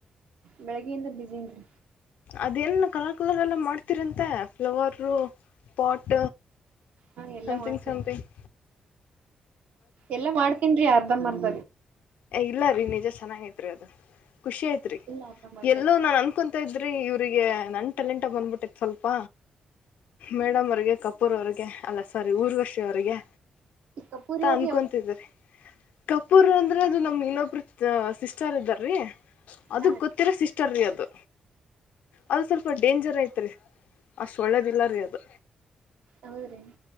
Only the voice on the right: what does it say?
ಬೆಳಿಗ್ಗೆಯಿಂದ ಬಸಿಂರಿ
ಹಾ ಎಲ್ಲಾ
ಮಾಡ್ತೀನಿ
ಎಲ್ಲಾ ಮಾಡ್ತನ್ರಿ ಅರ್ಧ ಮರ್ಧ
ಇಲ್ಲ ಅರ್ಧಂಬರ್ಧ
ರೀ
ಈಪುರಿಯ <inaudible>
ಹಾ ರೀ
ಹೌದ್ರೀ <inaudible>